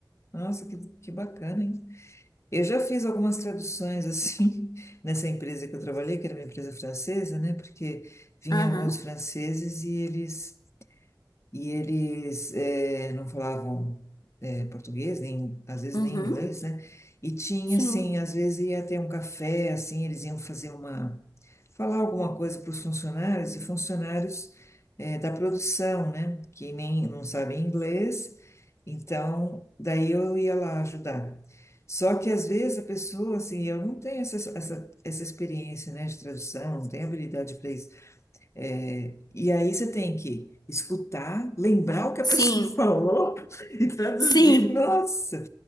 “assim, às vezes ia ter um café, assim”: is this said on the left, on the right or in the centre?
Left